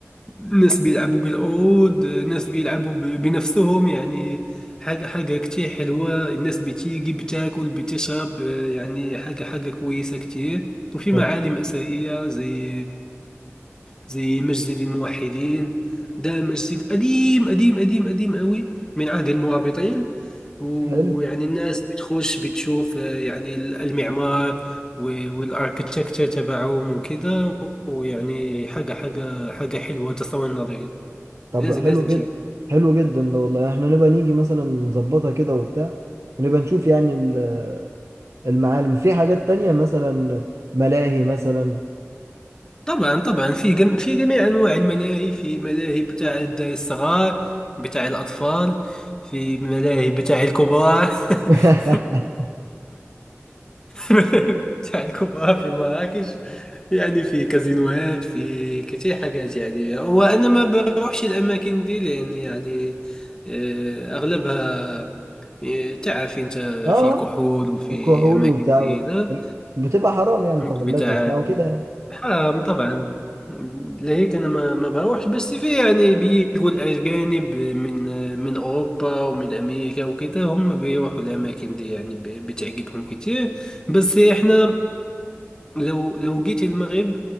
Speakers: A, on the left; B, on the right.
A: ناس بيلعبوا بالعود ناس بيلعبوا ب- بنفسهم يعني حاجة حاجة كتير حلوة الناس بتيجي بتاكل بتشرب يعني حاجة حاجة كويسة كتير وفي
B: طب
A: معالم أثرية زي زي مسجد الموحدين ده مسجد قديم قديم قديم قديم قوي من عهد المرابطين ويعني
B: حلو
A: الناس بتخش بتشوف آه، يعني المعمار و- والاركتكتشر تبعهم وكده ويعني حاجة حاجة حاجة حلوة تصور نظير
B: طب
A: لازم
B: حلو
A: لازم
B: جدا
A: تيجي
B: حلو جدا ده والله احنا نبقى نيجي مثلا نظبطها كده وبتاع ونبقى نشوف يعني ال- المعالم في حاجات تانية مثلا ملاهي مثلا
A: طبعا طبعا في جم... في جميع انواع الملاهي في ملاهي بتاع الدراري الصغار بتاع الاطفال في ملاهي بتاع الكبار
B: <laughs>
A: <laughs> ملاهي بتاع الكبار في مراكش يعني في كازينوهات في كتير حاجات يعني وانا ما بروحش الاماكن دي لان يعني آه، اغلبها آه، تعرف انت
B: اه
A: في كحول وفي
B: الكحول
A: اماكن
B: وبتاع
A: زي ده
B: بتبقى حرام يعني الكحولات
A: بتاع
B: وبتاع وكده يعني
A: آه طبعا لهيك انا ما ما بروحش بس في يعني بيجوا الاجانب من من اوروبا ومن امريكا وكده هم بيروحوا الاماكن دي يعني ب- بتعجبهم كتير بس احنا لو لو جيت المغرب